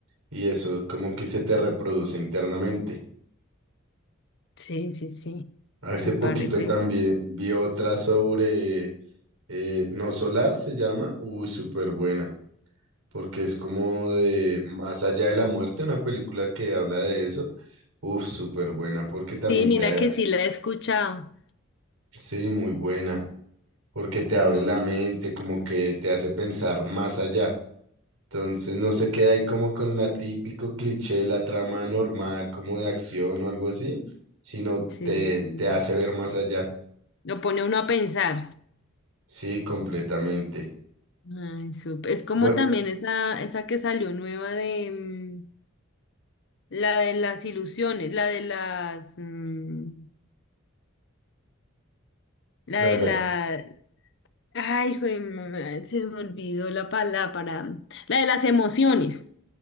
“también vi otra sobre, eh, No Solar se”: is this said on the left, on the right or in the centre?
Right